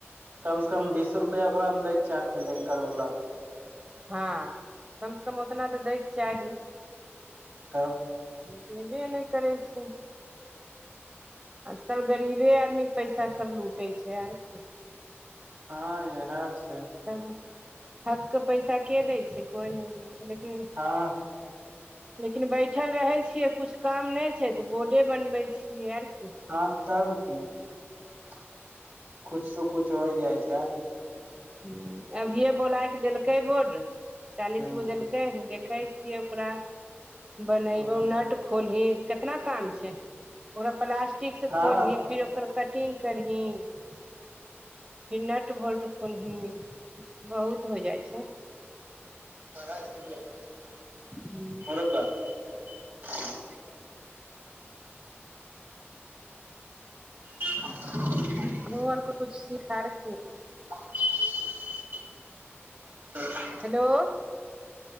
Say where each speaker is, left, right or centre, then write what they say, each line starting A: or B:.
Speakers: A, on the right; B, on the right.
A: कम से कम बीस रुपैआ ओकरामे दै केँ चाहतै एंकर बला मे
B: हँ कम स कम ओतना तऽ दै कऽ चाही
A: तब
B: देबे नै करै छै आजकल गरीबे आदमी केँ पैसा सभ लूटै छै आर की
A: हँ इहै छै
B: कहु हक कऽ पैसा केँ दै छै कोइ नै दै छै लेकिन <inaudible>
A: हँ
B: लेकिन बैठल रहै छियै कुछ काम नै छै तऽ बोडे बनबै छियै आर की
A: ह तब की <inaudible> कुछ स कुछ होय जाइ छै
B: हु अभिये बोलाय केँ देलकै बोर्ड चालीस
A: ह
B: गो देलकै देखैत छै ओकरा <inaudible> बनैबो
A: ओ
B: नट खोलही कितना काम छै ओकरा प्लास्टिक से
A: हँ
B: खोलही फेर ओकर कटिंग करही <inaudible> फिर नट वोल्ट खोलही <inaudible> बहुत हो जाय छैय
A: <unintelligible>
B: हमहूँ
A: <unintelligible>
B: बौआ और <unintelligible>
A: <unintelligible>
B: हेलो